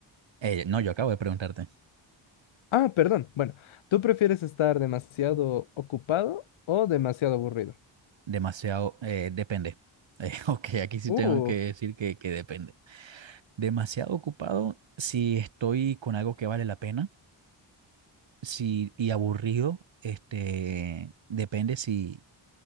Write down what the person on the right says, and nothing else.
Eh, no, yo acabo de preguntarte,
demasiado, eh, depende. Eh, <laughs> ok, aquí sí
tengo que decir que que depende. demasiado ocupado si estoy con algo que vale la pena, si, y aburrido, este, depende si,